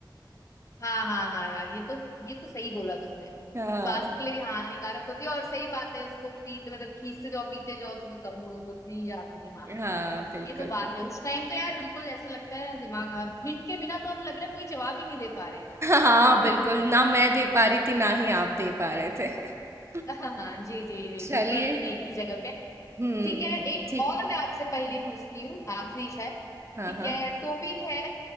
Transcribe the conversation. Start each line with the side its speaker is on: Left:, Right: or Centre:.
Left: हाँ हाँ हाँ यार ये तो ये तो सही बोला तुमने
Right: हाँ
Left: स्वास्थ्य के लिए भी हानिकारक होती है और सही बात है उसको पीते मतलब खींचते जाओ पीते जाओ तो वो कम हो- होती ही जाती है हाँ यार
Right: हाँ बिल्कुल
Left: ये तो बात
Right: बिल्कुल
Left: है उस टाइम तो यार बिल्कुल ऐसा लगता है ना दिमाग हिंट के बिना तो हम लग रहा है कोई जवाब ही नहीं दे पा रहे
Right: हाँ,
Left: हैं
Right: बिल्कुल। ना मैं दे पा रही थी, ना ही आप दे पा रहे थे। <laughs>
Left: <laughs> हाँ हाँ जी जी जी
Right: चलिए।
Left: बिल्कुल हम दोनों एक ही जगह पे हैं।
Right: हुँ,
Left: ठीक है एक
Right: ठीक।
Left: और मैं आपसे पहेली पूछती हूँ आखिरी है
Right: हाँ,
Left: ठीक
Right: हाँ।
Left: है टोपी है